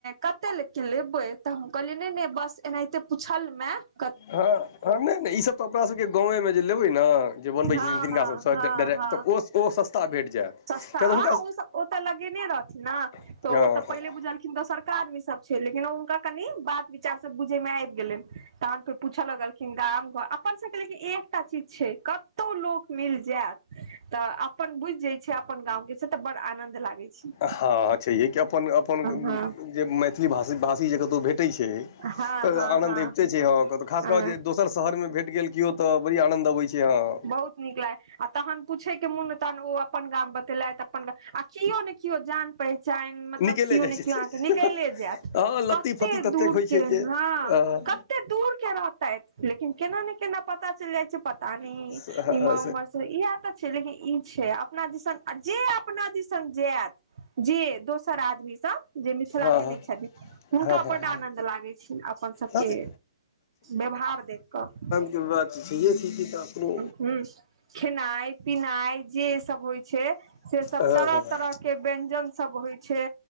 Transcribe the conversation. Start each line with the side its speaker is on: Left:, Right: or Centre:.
Right: कते के लेबै तऽ हम कहलियै नहि- नहि बस एनाहिते पूछलहु हां।
Left: हँ नहि -नहि ई सब तऽ अपना सबके गाँवेमे जे लेबै ने जे बनबै
Right: हँ
Left: छथिन तिनका
Right: हँ
Left: सबसँ
Right: हँ
Left: ड डायरेक्ट
Right: हँ
Left: ओ ओ सस्ता भेट जायत
Right: सस्ता अ
Left: किएक तऽ हुनका
Right: ओ ओ तऽ लगेने रहथिन ने
Left: हँ
Right: तऽ ओ तऽ
Left: हँ
Right: पहिले बुझलखिन दोसरका आदमी सब छैय लेकिन ओ हुनका कनि बात विचारसँ बुझे में आबि गेलनि तहन फेर पूछऽ लगलखिन गाम अपन सबके लेकिन एकटा चीज छैय कतौ लोक मिल जायत तऽ अपन बुझि जाय छैय अपन गाँंवके छैय तऽ बड़ आनंद लागय छैय।
Left: हँ छैहे कि अपन-अपन
Right: हँ
Left: जे मैथिली भाषी जे कतहु भेटैत छैय
Right: हँ
Left: तऽ
Right: हँ
Left: आनन्द
Right: हँ
Left: अबिते छैय खास
Right: हँ
Left: क कऽ जे दोस्त दोसर शहरमे भेट गेल केओ तऽ बड़ी आनंन्द अबैत छै हॅं।
Right: बहुत नीक लागे आ तहन पूछे के मन तहन ओ अपन गाम बतेलथि अपन गाम आ केओ ने केओ जान पहिचान मतलब
Left: निकले
Right: कियो
Left: जाइ
Right: ने
Left: छथिन
Right: कियो अहाँके निकैले जायत
Left: हँ लत्ती
Right: कते
Left: फत्ती ततेक
Right: दूर
Left: होइ
Right: के
Left: छै जे
Right: हॅं
Left: हँ
Right: कते दूर के रहतैथ लेकिन केना ने केना पता चलि जाइ छै पता न
Left: हँ
Right: इम्हर उम्हर से इहेए तऽ छै लेकिन ई छै अपना दिसन आ जे अपना दिसन जायत जे दोसर आदमी सब जे मिथिला
Left: हँ
Right: के नै छथिन हुनका
Left: हँ हँ
Right: बड्ड आनन्द लागैत छनि अपन सभके
Left: हँ
Right: व्यवहार देखि कऽ।
Left: के बात त छैेहे छै कि तऽ अपनो
Right: हूॅं खेनाइ पिनाइ जे सब होइ छै से सब
Left: हँ
Right: तरह
Left: हँ
Right: तरह के व्यंजन सब होइ छै